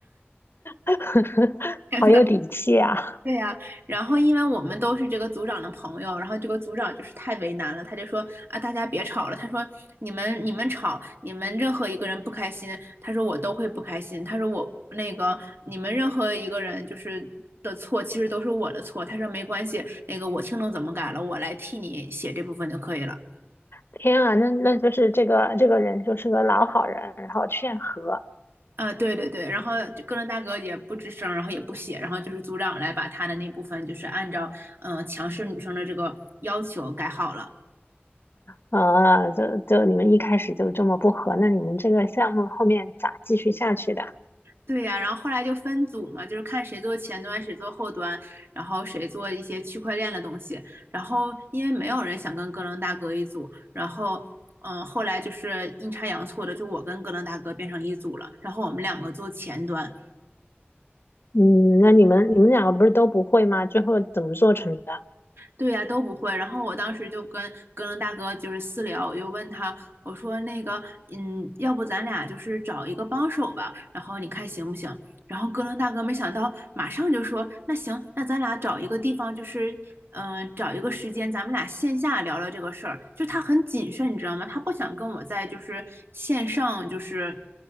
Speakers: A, on the left; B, on the right.
A: <laughs>
B: <laughs>”
A: 好有底气啊！
B: 对呀，然后因为我们都是这个组长的朋友，然后这个组长就是太为难了，他就说啊，大家别吵了。他说你们你们吵，你们任何一个人不开心，他说我都会不开心。他说我那个你们任何一个人就是的错，其实都是我的错。他说没关系，那个我听懂怎么改了，我来替你写这部分就可以了。
A: 天啊，那那就是这个这个人就是个老好人，然后劝和，
B: 啊，对对对，然后就个伦大哥也不吱声，然后也不写，然后就是组长来把他的那部分就是按照嗯、呃强势女生的这个要求改好了。
A: 啊，就就你们一开始就这么不和，那你们这个项目后面咋继续下去的？
B: 对呀，然后后来就分组嘛，就是看谁做前端，谁做后端，然后谁做一些区块链的东西。然后因为没有人想跟哥伦大哥一组，然后嗯，后来就是阴差阳错的，就我跟哥伦大哥变成一组了。然后我们两个做前端，
A: 嗯，那你们你们两个不是都不会吗？最后怎么做成的？
B: 对呀、都不会。然后我当时就跟哥伦大哥就是私聊，我就问他，我说那个，嗯，要不咱俩就是找一个帮手吧，然后你看行不行？然后哥伦大哥没想到，马上就说，那行，那咱俩找一个地方，就是，嗯、找一个时间，咱们俩线下聊聊这个事儿。就他很谨慎，你知道吗？他不想跟我在就是线上就是